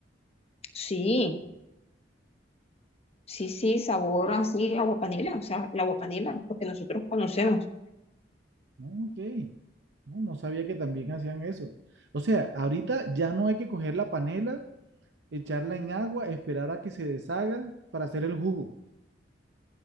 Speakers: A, on the left (about 35°); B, on the right (about 70°).
A: sí. Sí, sí, sabor así, agua panela, o sea, la agua panela, lo que nosotros conocemos.
B: No, ok, no, no sabía que también hacían eso. O sea, ahorita ya no hay que coger la panela, echarla en agua, esperar a que se deshaga para hacer el jugo.